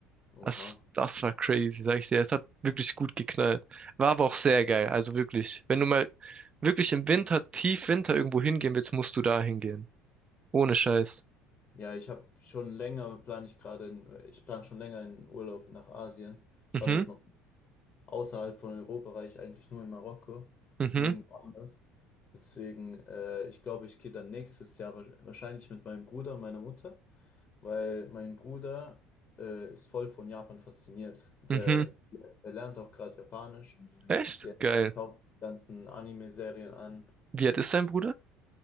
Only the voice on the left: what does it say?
Oha.
Ja, ich habe schon länger, plane ich gerade, in, ich plane schon länger einen Urlaub nach Asien. Ich
war dort noch Außerhalb von Europa war ich eigentlich nur in Marokko,
nirgendwo anders. Deswegen, äh, ich glaube, ich gehe dann nächstes Jahr wa- wahrscheinlich mit meinem Bruder und meiner Mutter, weil mein Bruder äh, ist voll von Japan fasziniert. Der,
der lernt auch gerade Japanisch,
der
schaut die ganzen Anime-Serien an.